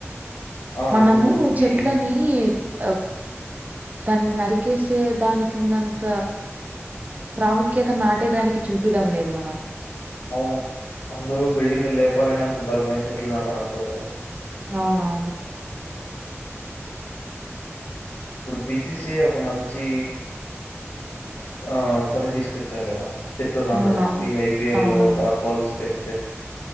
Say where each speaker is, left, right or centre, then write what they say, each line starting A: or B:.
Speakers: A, on the left; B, on the right.
A: ఆ!
B: మనము
A: ఇప్పుడు
B: చెట్లని
A: ఈ
B: ఆ దాన్ని నరికేసే దానికి ఉన్నంత ప్రాముఖ్యత నాటేదానికి చూపిడం లేదు మనం
A: అవును అందరూ బిల్డింగ్ లేపాలని అనుకుంటారు కానీ చెట్లు నాటాలనుకోరు కదా
B: అవునవును
A: ఇప్పుడు బిసిసిఏ ఒక మంచి ఆ పని తీసుకొచ్చారు కదా చెట్లు నాటడం
B: అవునవును.
A: ఈ ఐపీఎల్
B: అవునండి.
A: లో డాట్ బాల్స్ వేస్తే